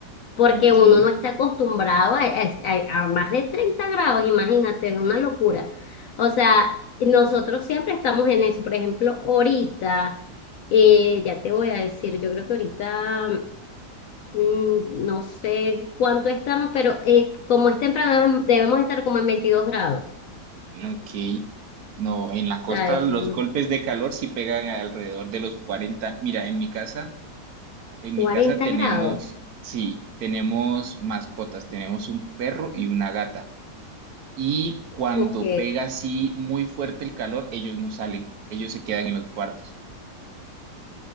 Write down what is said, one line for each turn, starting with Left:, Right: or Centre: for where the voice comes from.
Left: porque
Right: ok,
Left: uno no está acostumbrado a, a- a- más de 30 grados, imagínate, es una locura. O sea, nosotros siempre estamos en eso, por ejemplo, ahorita, eh, ya te voy a decir, yo creo que ahorita... mm, No sé cuánto estamos, pero eh, como es temprano, debemos estar como en 22 grados,
Right: ok. No, en la costa
Left: ¿sabes?
Right: los
Left: Mm,
Right: golpes de calor sí pegan alrededor de los 40. Mira, en mi casa, en
Left: 40
Right: mi casa tenemos,
Left: grados.
Right: sí, tenemos mascotas, tenemos un perro y una gata. Y cuando
Left: Ok.
Right: pega así muy fuerte el calor, ellos no salen, ellos se quedan en los cuartos.